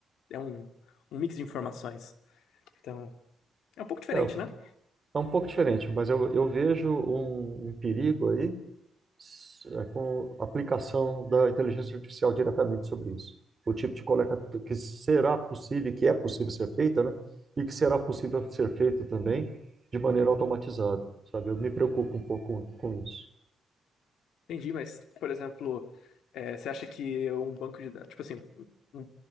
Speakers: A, on the left; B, on the right.
A: É um, um mix de informações. Então, é um pouco diferente,
B: É, eu
A: né?
B: Tá um pouco diferente, mas eu, eu vejo um, um perigo aí s- é, com a aplicação da inteligência artificial diretamente sobre isso. O tipo de coleta que será possível, que é possível ser feita, né? E que será possível ser feita também de maneira automatizada, sabe? Eu me preocupo um pouco com, com isso.
A: Entendi, mas, por exemplo, é, você acha que um banco de dados, tipo assim, um,